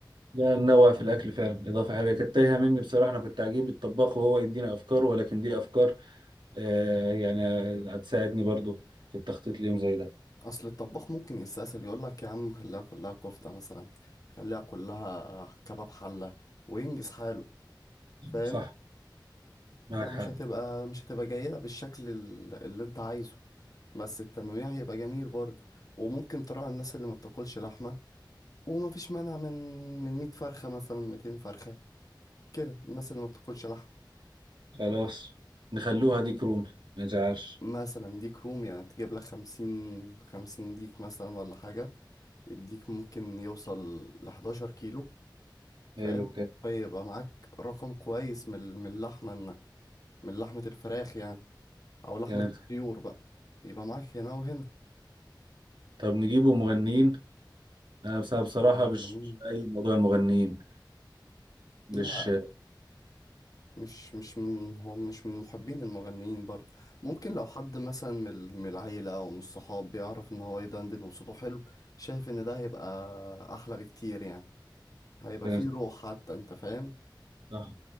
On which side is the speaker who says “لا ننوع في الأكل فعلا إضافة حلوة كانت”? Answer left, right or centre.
Right